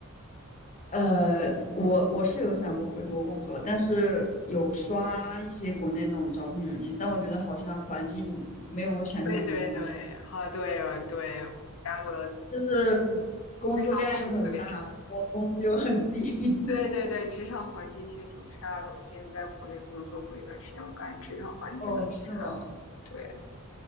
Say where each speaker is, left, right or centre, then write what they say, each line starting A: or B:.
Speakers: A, on the left (about 35°); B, on the left (about 60°).
A: 呃，我我是有想过回国工作，但是有刷一些国内那种招聘软件，但我觉得好像环境没有我想象中那么好，
B: 对对对，啊，对哦对，大陆的
A: 就是工作量又很大，
B: 职场特别
A: 然后工资又很低。<laughs>
B: 对对对，职场环境其实挺差的。我之前在国内工作过一段时间，我感觉职场环境真的
A: 哦，是吗？
B: 对。